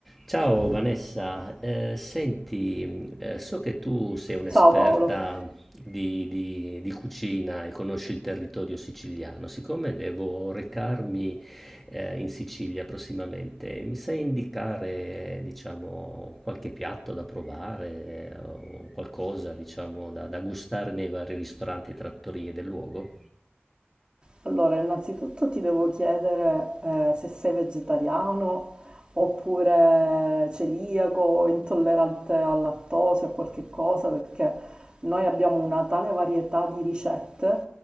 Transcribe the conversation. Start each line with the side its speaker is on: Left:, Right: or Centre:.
Centre: Ciao Vanessa, Eh, senti, mh, eh, so che tu sei un'esperta
Right: Ciao Paolo.
Centre: di, di- di cucina e conosci il territorio siciliano. Siccome devo recarmi eh, in Sicilia prossimamente, mi sai indicare, diciamo, qualche piatto da provare eh, o qualcosa, diciamo, da, da gustare nei vari ristoranti e trattorie del luogo?
Right: Allora, innanzitutto ti devo chiedere eh, se sei vegetariano oppure celiaco o intollerante al lattosio o qualche cosa, perché noi abbiamo una tale varietà di ricette,